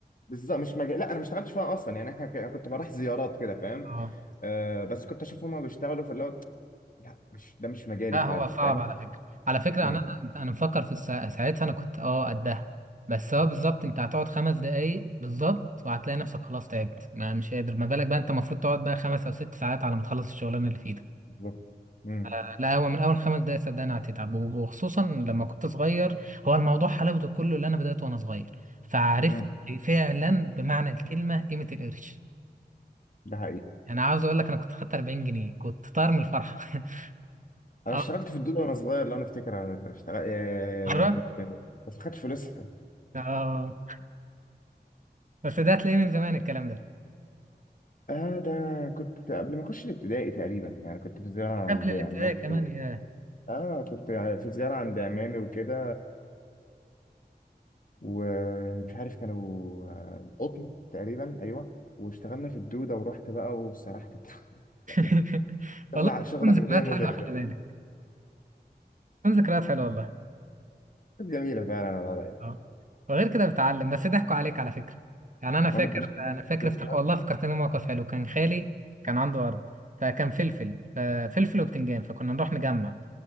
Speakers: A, on the left; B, on the right.
A: بالظبط مش مجال لا انا ما اشتغلتش فيها اصلا يعني احنا ك- أنا كنت بروح زيارات كده فاهم
B: اه
A: آه بس كنت اشوف هما بيشتغلوا في اللي هو لا مش ده مش مجالي
B: لا
A: فعلا
B: هو صعب
A: فاهم
B: على فكرة على فكرة
A: امم
B: أنا أنا أنت- أنا مفكر في السا- ساعتها أنا كنت أه قدها بس هو بالظبط أنت هتقعد خمس دقايق بالظبط وهتلاقي نفسك خلاص تعبت ما مش قادر ما بالك بقى أنت المفروض تقعد بقى خمس أو ست ساعات على ما تخلص الشغلانة اللي في إيدك
A: بالظبط امم
B: آه، لا هو من أول خمس دقايق صدقني هتتعب و- وخصوصا لما كنت صغير هو الموضوع حلاوته كله اللي أنا بدأته وأنا صغير فعرفت
A: امم
B: فعلا بمعنى الكلمة قيمة القرش
A: ده حقيقي
B: أنا عاوز أقول لك أنا كنت خدت 40 جنيه كنت طاير من الفرحة <laughs>
A: انا
B: أه
A: اشتغلت في الدود وانا صغير لو انا افتكر على فكره اشتغل آه
B: مرة؟
A: كنت بس ما خدتش فلوسها
B: أه بس ده هتلاقيه من زمان الكلام ده
A: <laughs> اه ده كنت قبل ما اخش الابتدائي تقريبا يعني كنت في زياره عند
B: قبل الابتدائي
A: عمامي
B: كمان
A: و...
B: يا
A: اه كنت في زياره عند عمامي وكده ومش عارف كانوا آه، قطن تقريبا ايوه واشتغلنا في الدوده ورحت بقى وسرحت الدودة. <laughs>
B: <laughs>
A: يعني شغل
B: والله
A: ع-
B: بتكون
A: شغل عمليه
B: ذكريات
A: مودرن
B: حلوه خلي بالك
A: فاهم
B: بتكون ذكريات حلوه والله
A: كانت جميله فعلا على رايك
B: اه وغير كده بتعلم بس ضحكوا عليك على فكره يعني انا فاكر
A: ما ما ادريش فلوس
B: انا فاكر
A: بالظبط
B: افتكر
A: بقى
B: والله فكرتني موقف حلو كان خالي كان عنده ارض فكان فلفل ففلفل وبتنجان فكنا نروح نجمع